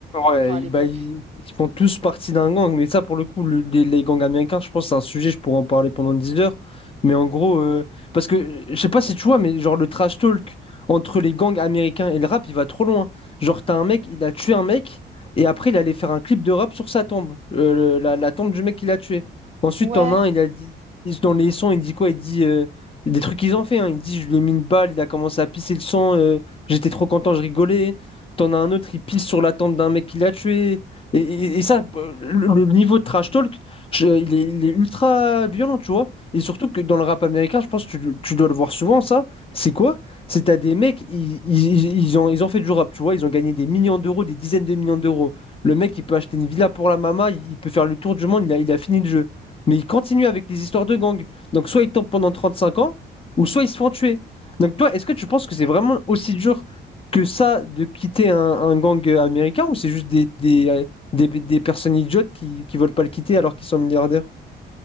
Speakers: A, on the left; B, on the right.
A: Ouais,
B: Enfin, à
A: ils,
B: l'époque.
A: bah, ils- ils font tous partie d'un gang, mais ça, pour le coup, le- les, les gangs américains, je pense que c'est un sujet, je pourrais en parler pendant 10 heures. Mais en gros, euh, parce que euh, je sais pas si tu vois, mais genre le trash talk entre les gangs américains et le rap, il va trop loin. Genre, t'as un mec, il a tué un mec, et après, il allait faire un clip de rap sur sa tombe, euh, la, la tombe du mec qu'il a tué. Ensuite,
B: Ouais.
A: t'en as un, il a dit, il- dans les sons, il dit quoi? Il dit euh, des trucs qu'ils ont fait, hein. Il dit, je lui ai mis une balle, il a commencé à pisser le sang, euh, j'étais trop content, je rigolais. T'en as un autre, il pisse sur la tente d'un mec qui l'a tué. Et, et- et ça, le, le niveau de trash talk, je- il est, il est ultra violent, tu vois. Et surtout que dans le rap américain, je pense que tu, le- tu dois le voir souvent, ça. C'est quoi? C'est t'as des mecs, ils, ils- ils ont, ils ont fait du rap, tu vois. Ils ont gagné des millions d'euros, des dizaines de millions d'euros. Le mec, il peut acheter une villa pour la mama, il, il peut faire le tour du monde, il a, il a fini le jeu. Mais il continue avec les histoires de gang. Donc soit il tombe pendant 35 ans, ou soit ils se font tuer. Donc toi, est-ce que tu penses que c'est vraiment aussi dur que ça de quitter un, un gang américain ou c'est juste des, des, euh, des, des personnes idiotes qui ne veulent pas le quitter alors qu'ils sont milliardaires?